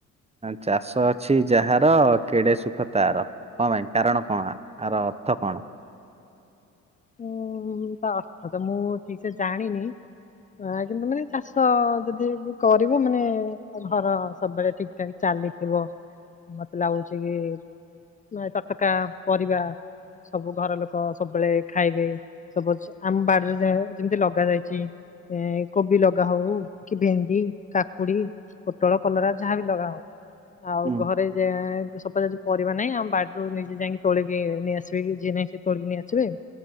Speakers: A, on the right; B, on the left.
A: ଚାଷ ଅଛି ଯାହାର କେଡେ ସୁଖ ତାର। କଣ ପାଇଁ କାରଣ କଣ ଆର ଅର୍ଥ କଣ?
B: ଉ ତା ଅର୍ଥ ତ ମୁଁ ଠିକ ସେ ଜାଣିନି। ଆ କିନ୍ତୁ ମାନେ ଚାଷ ଯଦି କରିବୁ ମାନେ ଘର ସବୁବେଳେ ଠିକ ଚାଲିଥିବ, ମତେ ଲାଗୁଛି କି ନ ତଟକା ପରିବା ସବୁ ଘର ଲୋକ ସବୁବେଳେ ଖାଇବେ, ସପୋଜ୍ ଆମ ବାଡିରେ ଯାହା ଯେମତି ଲଗାଯାଇଛି। ଏ କୋବି ଲଗା ହଉ କି ଭେଣ୍ଡି କାକୁଡି। ପୋଟଳ କଲରା ଯାହାବି ଲଗା ହଉ। ଆଉ
A: ହୁଁ
B: ଘରେ ଯେ ସପୋଜ୍ ଆଜି ପରିବା ନାହିଁ, ଆମ ବାଡିରୁ ନିଜେ ଯାଇକି ତୋଳିକି ନେଇ ଆସିବେ କି ଯିଏ ନାହିଁ ସେ ତୋଳିକି ନେଇ ଆସିବେ।